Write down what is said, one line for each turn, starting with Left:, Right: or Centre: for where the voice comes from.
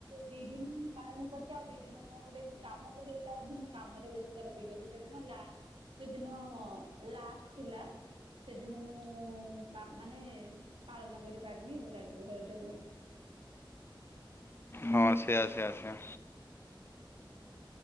Right: ଦି ଦିନ ପାଳନ କରିଛି ଆଉ ଦି ଦିନ କଁ ଗୋଟେ ଏମିତି କାମ ପଡିଗଲା ବଧେ ମୁଁ କାମରେ ବ୍ୟସ୍ତ ରହିଗଲି ସେଦିନ ଲା ସେଦିନ ଲାଷ୍ଟ ଥିଲା। ସେଦିନ ମୁଁ ଉଁ ପା ମାନେ ପାଳନ କରିପାରିନି ରଜ ରଜ ରେ।
Left: ହଁ ସେଆ ସେଆ ସେଆ।